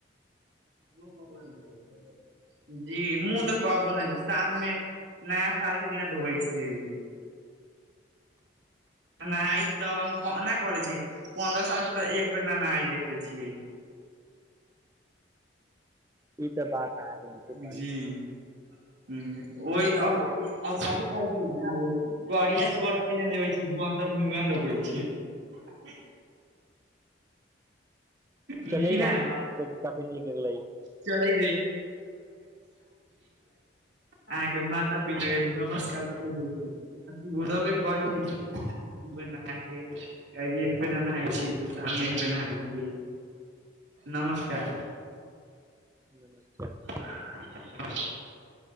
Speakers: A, on the right; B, on the right.
A: <unintelligible> जी मुँह तऽ कबौ ने सालमे नया साल केँ दिना धोवै छियै उ नहै तऽ हम कऽ नऽ कहलै छियै पद्रह साल से तऽ एक बेर नऽ नहाइ देखले छियै
B: ई तऽ बात अहाँके नीके
A: <unintelligible>
B: कहलियै
A: जी हुँ ओय अब अब शादि छिये न उ करिया सोट केदैत लगे छी बन्दर मुहाँ लगै छियै <inaudible> <unintelligible> नीक
B: चलियै
A: लागै
B: अहाँ काफी नीक लगलै
A: छै, अहाँके माता पिता के नमस्कार बोल दै छी। <unintelligible> खुबे नहाइ के एक दिना नहाइ छियै के साल मे एक बेर नहाइ छियै। नमस्कार
B: नमस्कार
A: <inaudible>